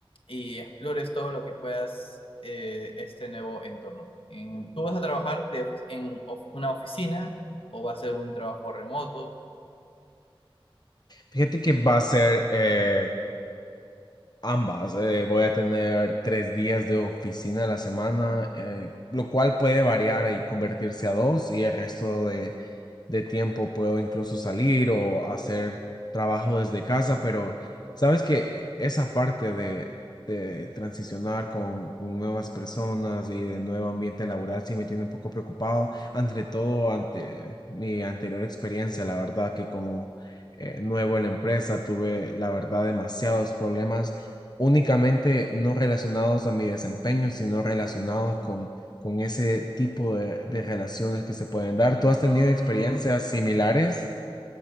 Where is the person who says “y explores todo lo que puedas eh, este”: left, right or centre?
Left